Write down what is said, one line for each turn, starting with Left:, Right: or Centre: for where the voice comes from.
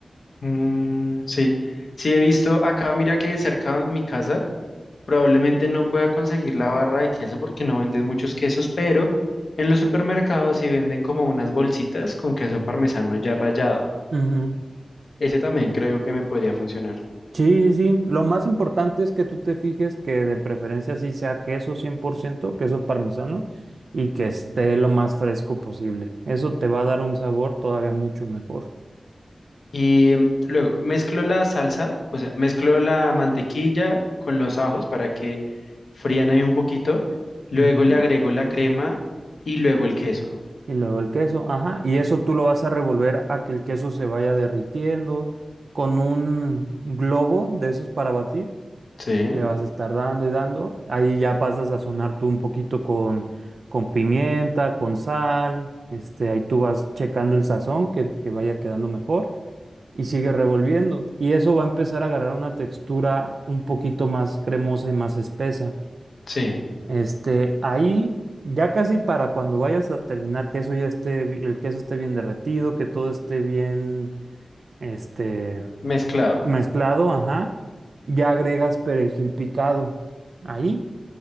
Left: Mm, sí, sí he visto acá, mira que cerca de mi casa Probablemente no pueda conseguir la barra de queso porque no venden muchos quesos, pero en los supermercados sí venden como unas bolsitas con queso parmesano ya rallado.
Right: Ujú.
Left: Ese también creo que me podría funcionar.
Right: Sí, sí, sí. Lo más importante es que tú te fijes que de preferencia sí sea queso 100% queso parmesano, y que esté lo más fresco posible. Eso te va a dar un sabor todavía mucho mejor.
Left: Y luego mezclo la salsa, o sea, mezclo la mantequilla con los ajos para que frían ahí un poquito. Luego
Right: Ujú.
Left: le agrego la crema y luego el queso.
Right: Y luego el queso, ajá, y eso tú lo vas a revolver a que el queso se vaya derritiendo con un globo de esos para batir,
Left: Sí,
Right: le vas a estar dando y dando, ahí ya pasas a sazonar tú un poquito con, con pimienta, con sal, este, ahí tú vas checando el sazón que, que vaya quedando mejor y sigue revolviendo y eso va a empezar a agarrar una textura un poquito más cremosa y más espesa.
Left: sí,
Right: Este, ahí ya casi para cuando vayas a terminar, que eso ya esté, bi- el queso esté bien derretido, que todo esté bien, este,
Left: mezclado.
Right: mezclado, ajá, ya agregas perejil picado. Ahí,